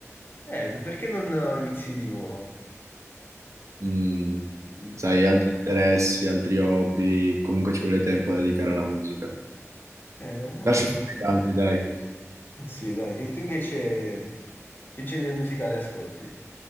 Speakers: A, on the left; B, on the right.
A: Eh, perché non inizi di nuovo?
B: Mm,
A: Mm.
B: sai, altri interessi, altri hobby, comunque ci vuole tempo da dedicare alla musica.
A: Eh, vabbè.
B: Lascio fare gli altri, dai.
A: Sì, dai. E tu invece che genere musicale ascolti?